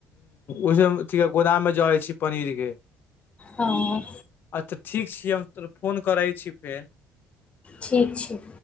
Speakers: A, on the left; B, on the left.
A: ओस गोदाममे जहै छी पनीर के
B: हँ
A: अच्छा ठीक छिय हम त फोन करै छी फेर
B: ठीक छै